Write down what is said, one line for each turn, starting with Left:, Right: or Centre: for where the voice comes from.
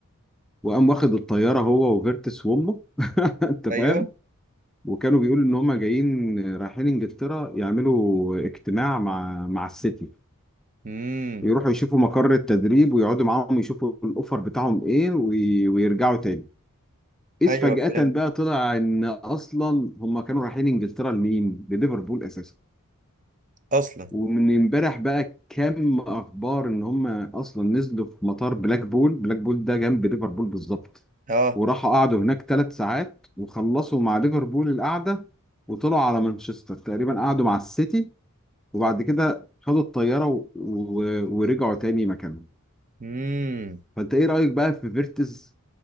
Centre: وقام واخد الطياره هو وفيرتس وامه <laughs> انت فاهم
Right: ايوه
Centre: وكانوا بيقولوا ان هم جايين رايحين انجلترا يعملوا اجتماع مع مع السيتي
Right: امم
Centre: يروحوا يشوفوا مقر التدريب ويقعدوا معاهم يشوفوا الاوفر بتاعهم ايه وي... ويرجعوا تاني اذ
Right: ايوه
Centre: فجأة
Right: فهمت
Centre: بقى طلع ان اصلا هم كانوا رايحين انجلترا لمين؟ لليفربول اساسا
Right: اصلا
Centre: ومن امبارح بقى كم اخبار ان هم اصلا نزلوا في مطار بلاك بول بلاك بول ده جنب ليفربول بالظبط
Right: اه
Centre: وراحوا قعدوا هناك ثلاث ساعات وخلصوا مع ليفربول القعده وطلعوا على مانشستر تقريبا قعدوا مع السيتي وبعد كده خدوا الطياره و... و... ورجعوا تاني مكانهم
Right: امم
Centre: فانت ايه رايك بقى في فيرتز